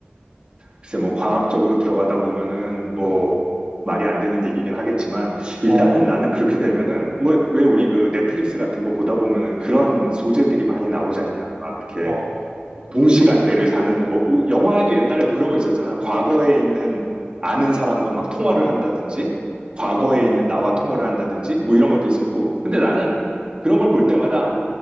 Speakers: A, on the right; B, on the right.
A: 글쎄 뭐 과학적으로 들어가다 보면은 뭐 말이 안 되는 얘기긴 하겠지만
B: 어,
A: 일단은 나는 그렇게 되면은 뭐 왜 우리 그 넷플릭스 같은 거 보다 보면은 그런 소재들이 많이 나오지 않냐 막 이렇게
B: 어,
A: 뭐 동시간대를 사는 뭐 우- 영화에도 옛날에 뭐 그런 거 있었잖아 과거에 있는 아는 사람과 막 통화를 한다든지 과거에
B: 어.
A: 있는 나와 통화를 한다든지 뭐 이런 것도 있었고 근데 나는 그런 걸 볼 때마다